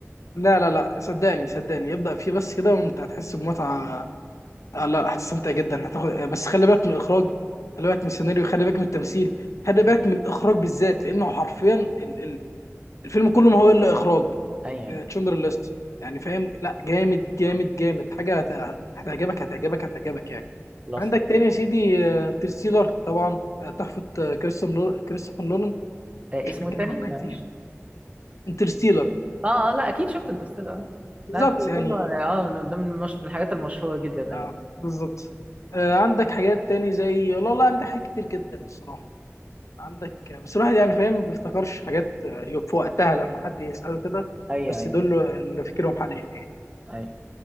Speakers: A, on the left (about 80°); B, on the right (about 25°).
A: لا لا لا صدقني صدقني ابدا فيه بس كده وانت هتحس بمتعه آه لا هتستمتع جدا هتاخد آه، بس خلي بالك من الاخراج خلي بالك من السيناريو خلي بالك من التمثيل خلي
B: ايوه
A: بالك من الاخراج بالذات لانه حرفيا ال... ال... الفيلم كله ما هو الا اخراج
B: ايوه أيوة.
A: تشندر ليست يعني فاهم لا جامد جامد جامد حاجه هت... هتعجبك هتعجبك هتعجبك يعني
B: خلاص
A: عندك تاني يا سيدي آه، انترستيلر طبعا آه، تحفه آه، كريستوفر نول- كريستوفر نولان
B: آه
A: مش
B: اسمه
A: هنتكلم
B: ايه تاني
A: عنها
B: معلش
A: كتير انترستيلر
B: اه اه لا اكيد شفت انترستيلر اه
A: بالظبط
B: لا
A: يعني
B: كله اه
A: اه
B: من ضمن المش- من الحاجات المشهوره جدا ايوه
A: آه، بالظبط آه، عندك حاجات تاني زي لا لا عندك حاجات كتير جدا الصراحه عندك بس الواحد يعني فاهم ما بيفتكرش حاجات آه، في وقتها لما حد يسأله كده
B: اي
A: بس
B: اي
A: دول اللي فاكرهم حاليا يعني
B: اي